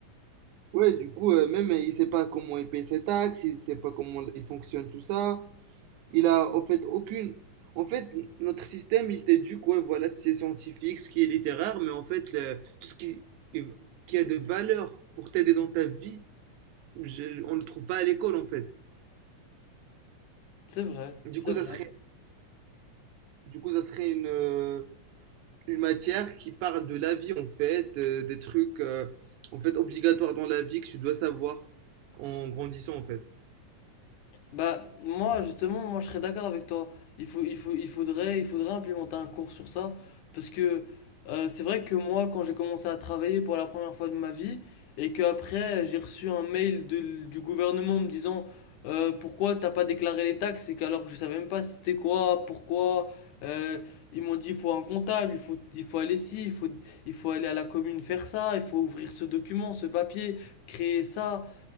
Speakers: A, on the right; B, on the left.
A: ouais, du coup, euh, même euh, il sait pas comment il paye ses taxes, il sait pas comment il fonctionne tout ça. Il a en fait aucune. En fait, notre système, il t'éduque, ouais, voilà, tout ce qui est scientifique, ce qui est littéraire, mais en fait, le- tout ce qui, qui a de valeur pour t'aider dans ta vie, je- on ne le trouve pas à l'école, en fait.
B: C'est vrai,
A: Du
B: c'est
A: coup,
B: vrai.
A: ça serait, du coup, ça serait une, euh, une matière qui parle de la vie, en fait, euh, des trucs, euh, en fait, obligatoires dans la vie que tu dois savoir en grandissant, en fait.
B: Bah, moi, justement, moi, je serais d'accord avec toi. Il faut, il faut, il faudrait, il faudrait implémenter un cours sur ça. Parce que euh, c'est vrai que moi, quand j'ai commencé à travailler pour la première fois de ma vie, et que après j'ai reçu un mail de- du gouvernement me disant euh, pourquoi t'as pas déclaré les taxes, et qu'alors que je savais même pas c'était quoi, pourquoi. euh, ils m'ont dit il faut un comptable, il faut, il faut aller ici, il faut, il faut aller à la commune faire ça, il faut ouvrir ce document, ce papier, créer ça.